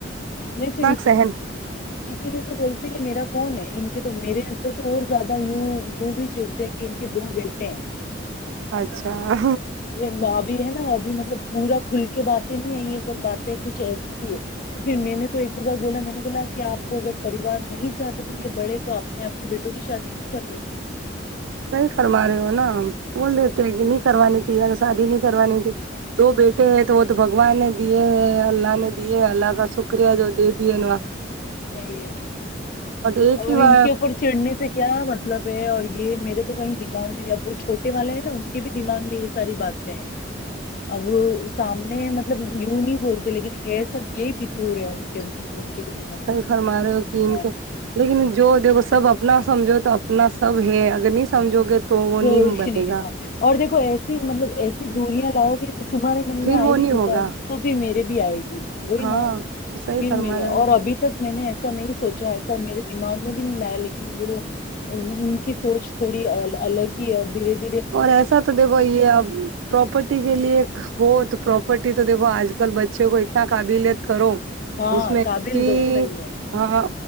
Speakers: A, on the left; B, on the right.
A: نہیں تو
B: سہن
A: اسی لیے تو بول کہ میرا کون ہے ان کے تو میرے ار تو اور زیادہ ی ی بھی چڑتے ہیں کہ ان کے دو بیٹے ہیں
B: اچھا آ
A: یہ ابھی ہے نا ابھی مطلب پورا کھل کے باتیں نہیں ہےئی یہ پر باتیں کچھ ایسی بھی ہے تو پھر میں نے تو ایک بار بولا میں نے بولا کہ آپ کو اگر پریوار نہیں چاہتے تھے کہ بڑے تو آپ نے آپ کی بیٹوں کی شادی کیوں کروائی
B: نہیں فرما رہے ہو نا ہم بول رہے ہوتے ہیں ن کروانی تھی شادی نہیں کروانی تھی دو بیٹے ہیں تو وہ تو بگوان نے دیے ہیں اللہ نے دیے اللہ کا شکریہ جو دے دیے نا
A: صحیح ہے
B: ایک
A: اور
B: ہی بار
A: ان کے اوپر چڑھنے سے کیا مطلب ہے اور یہ میرے تو کہیں دماغ میں نہیں اب وہ چھوٹے والے ہیں نا ان کے بھی دماغ میں یہ ساری باتیں ہیں اب سامنے مطلب یوں نہیں بولتے لیکن یہ سب یہ بھیتور ہے <unintelligible>
B: فرمار رہے ہو کہ ان
A: ہاں
B: کے لیکن جو دیکھو سب اپنا سمجھو تو اپنا سب ہے اگر نہیں سمجھو گے تو وہ
A: روشنی
B: نہیں بنے
A: ہے
B: گا
A: ہاں اور دیکو ایسی مطلب ایسی دوریا لاؤ گیچ تمہارے من
B: پھر
A: میں آئے
B: وہ
A: گ
B: نہیں
A: ہوتا
B: ہوگا
A: تو پھر میرے بھی آئے گی وہی
B: ہاں
A: نا
B: صحیح
A: پھر
B: فرما
A: میرے
B: رہے ہو
A: اور
B: نا
A: ابھی تک میں نے ایسے نہیں سوچا ایسا میرے دماغ میں بھی نہیں لایا لیکن وہ ان کی سوچ تھوڑی الگ ہی اور دھیرے دھیے
B: اور ایسا تو دیکھو یہ اب پراپرٹی کے لیے ہو تو پراپرٹی تو دیکھو آج کل بچے کو اتنا قابلیت کرو
A: ہاں
B: اس میں
A: قابل
B: کہ
A: دو صحیح ہے
B: ہاں